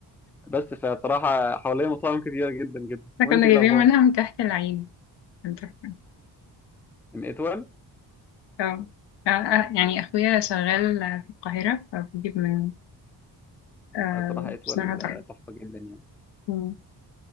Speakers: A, in the centre; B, on the left.
A: بس فبصراحة حواليا مطاعم كتير جدا جدا
B: إحنا
A: وأنت
B: كنا
A: إيه
B: جايبين
A: الأخبار؟
B: منها من كحك العين أنت فاهم؟
A: من إتول؟
B: آه، آه، آه، يعني أخويا شغال في القاهرة فبيجيب من آه،
A: صراحة اتول
B: بصراحة تحفة.
A: تحفة جدا يعني
B: مم.